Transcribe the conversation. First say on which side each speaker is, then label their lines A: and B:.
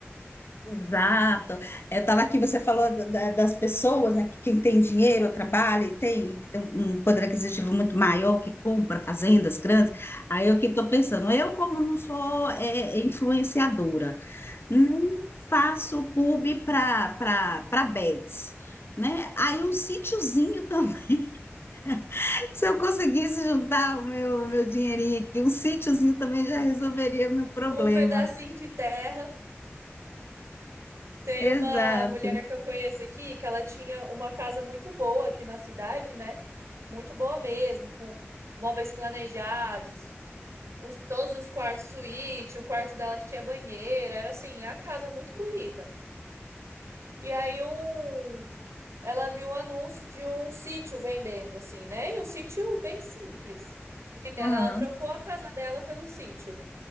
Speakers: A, on the left (about 55°); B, on the right (about 85°).
A: Exato. Eu estava aqui, você falou da- da- das pessoas, né? que Quem tem dinheiro, trabalha e tem, que tem um um poder aquisitivo muito maior, que compra fazendas grandes. Aí eu que estou pensando, eu como não sou é, influenciadora, nem faço pub para para para bets, né? Aí um sítiozinho também, <laughs> se eu conseguisse juntar o meu, meu dinheirinho aqui, um sítiozinho também já resolveria meu problema.
B: Um pedacinho de terra. Tem
A: Exato.
B: uma mulher que eu conheço aqui que ela tinha uma casa muito boa aqui na cidade, né? Muito boa mesmo, com móveis planejados, os, todos os quartos suíte, o quarto dela tinha banheira, era assim, a casa muito bonita. E aí um, ela viu um anúncio de um sítio vendendo, assim, né? E um sítio bem simples, vendendo.
A: Aham.
B: Ela trocou a casa dela pelo sítio.